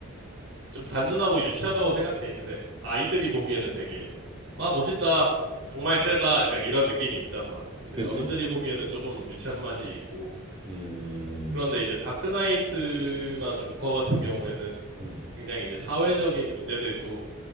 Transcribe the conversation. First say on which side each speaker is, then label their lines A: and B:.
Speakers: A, on the right; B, on the right.
A: 좀 단순하고 유치하다고 생각해. 근데 아이들이 보기에는 되게, 와, 멋있다. 정말 세다. 약간 이런 느낌이 있잖아. 근데
B: 그지,
A: 어른들이 보기에는 조금 유치한 맛이 있고.
B: 음,
A: 그런데 이제 다크나이트나 조커 같은 경우에는
B: 음,
A: 굉장히 이제 사회적인 문제들도